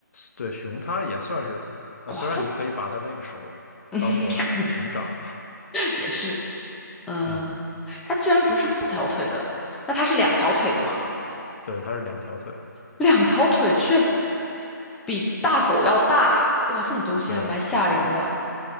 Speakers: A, on the left; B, in the centre.
A: 对，熊它也算是，啊，
B: 哇，
A: 虽然你可以把它那个手当做熊掌，
B: 它 <laughs>
A: <laughs>
B: 也是。嗯，
A: 嗯，
B: 它居然不是四条腿的，那它是两条腿的吗？
A: 对，它是两条腿，
B: 两条腿却比大狗要大，哇，这种东西还蛮吓人的。
A: 对，